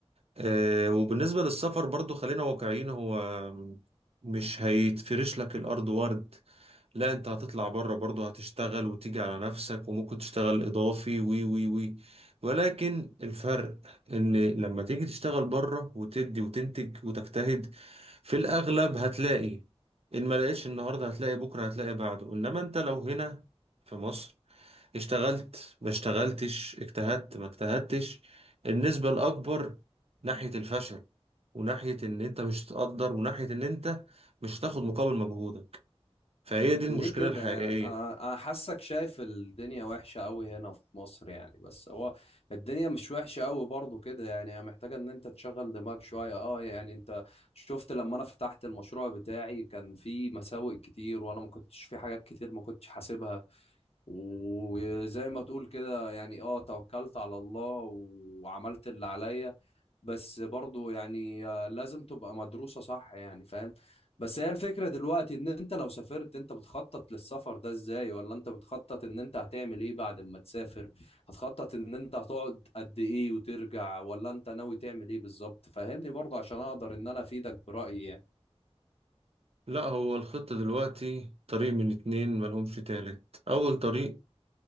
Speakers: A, on the right; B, on the left.
A: آه، وبالنسبة للسفر برضو خلينا واقعيين هو مش هيتفرش لك الأرض ورد لا انت هتطلع بره برضه هتشتغل وتيجي على نفسك وممكن تشتغل اضافي وي وي وي ولكن الفرق ان لما تيجي تشتغل بره وتدي وتنتج وتجتهد في الاغلب هتلاقي ان ما لقيتش النهارده هتلاقي بكره هتلاقي بعده انما انت لو هنا في مصر اشتغلت ما اشتغلتش اجتهدت ما اجتهدتش النسبة الأكبر ناحية الفشل وناحية إن أنت مش تقدر وناحية إن أنت مش هتاخد مقابل مجهودك فهي دي المشكلة
B: ليه كده
A: الحقيقية
B: انا انا أنا حاسك شايف الدنيا وحشه قوي هنا في مصر يعني بس هو الدنيا مش وحشه قوي برضو كده يعني هي محتاجه ان انت تشغل دماغك شويه اه يعني انت شفت لما انا فتحت المشروع بتاعي كان في مساوئ كتير وانا ما كنتش في حاجات كتير ما كنتش حاسبها وزي ما تقول كده يعني اه توكلت على الله وعملت اللي عليا بس برضو يعني آه، لازم تبقى مدروسة صح يعني فاهم بس هي الفكرة دلوقتي ان انت لو سافرت انت بتخطط للسفر ده ازاي ولا انت بتخطط ان انت هتعمل ايه بعد ما تسافر هتخطط ان انت هتقعد قد ايه وترجع ولا انت ناوي تعمل ايه بالظبط فاهمني برضو عشان اقدر ان انا افيدك برأيي يعني
A: لا هو الخط دلوقتي طريق من اتنين ملهمش تالت أول طريق